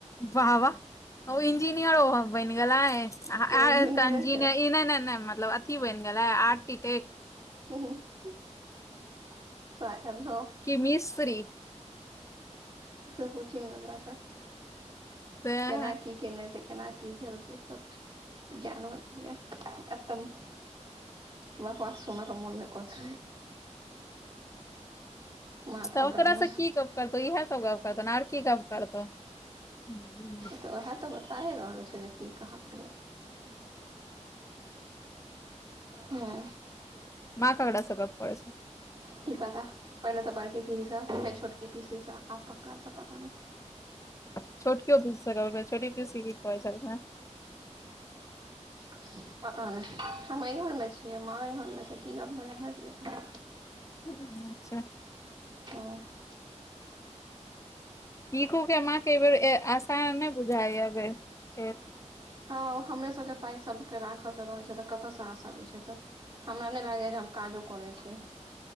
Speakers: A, on the left; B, on the right.
A: वाह -वाह। ओ इंजीनियरो ओहो बनि गेलै अह
B: तो इंजीनियरे
A: इंजीनियर
B: छै
A: इ नय- नय -नय मतलब की बन गेलै।
B: <unintelligible>
A: आर्टिटेक्ट की मिस्त्री।
B: से पुछही गे जाकऽ।
A: सेह।
B: केना की केने से केना की भेल छैय सबटा ज्ञान ओतबि य <unintelligible> हमरा बात सुना के मोन नय करय छैय। माथा
A: त ओ
B: गरम
A: तोरा
B: हो
A: स
B: जाइ।
A: की गप करतौ इएह सब गप करतौ न आर की गप्प करतौ। <inaudible>
B: त उएह त बताए रहल छैय जे की कहा <unintelligible> हूँ।
A: माँ ककरा स गप करय छैय।
B: की पता पहिले त बड़की पीसी स फेर छोटकी पीसी स आब ककरा स पता नय।
A: छोटकियो पीसी स गप भेल छोटकी पीसी की कहै छेलखिन हें।
B: <inaudible> पता नय हम अय घरमे छियै माँ ओइ घरमे छैय की गप भेलै हमरा की पता।
A: अच्छा।
B: हँ
A: पीकूके माके अय बेर ऐ आसा नय बुझाइये अय बेर फेर।
B: हँ हमरे सब के पाइ सब के राखे के रहै छैय त कतऽ स आसा। बुझे त हमरा नहि लागइये जे हम काजो कोरय छियै।